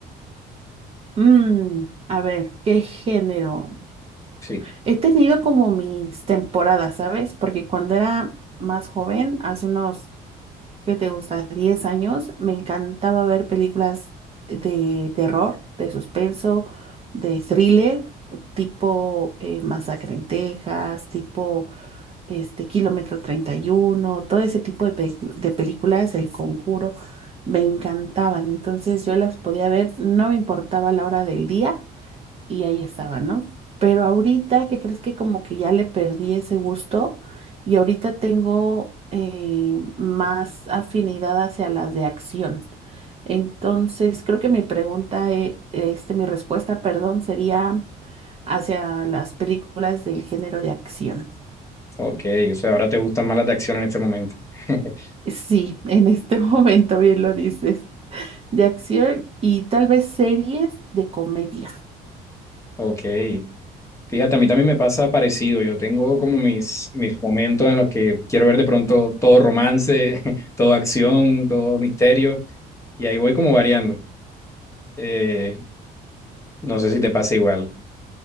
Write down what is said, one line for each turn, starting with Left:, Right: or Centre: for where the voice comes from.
Right: Mm, a ver, ¿qué género?
Left: Sí,
Right: He tenido como mis temporadas, ¿sabes? Porque cuando era más joven, hace unos, ¿qué te gusta? diez años, me encantaba ver películas de terror, de suspenso, de thriller, tipo eh, Masacre en Texas, tipo... este, Kilómetro treinta y uno, todo ese tipo de, pe- de películas, El Conjuro, me encantaban. Entonces yo las podía ver, no me importaba la hora del día y ahí estaba, ¿no? Pero ahorita, ¿qué crees que como que ya le perdí ese gusto? Y ahorita tengo eh, más afinidad hacia las de acción. Entonces, creo que mi pregunta, eh, este, mi respuesta, perdón, sería hacia las películas del género de acción.
Left: ok, o sea, ahora te gustan más las de acción en este momento. <laughs>
Right: Sí, en este <laughs> momento bien lo dices, de acción y tal vez series de comedia.
Left: Ok, fíjate, a mí también me pasa parecido. Yo tengo como mis, mis momentos en los que quiero ver de pronto todo romance, <laughs> todo acción, todo misterio, y ahí voy como variando. Eh, no sé si te pasa igual.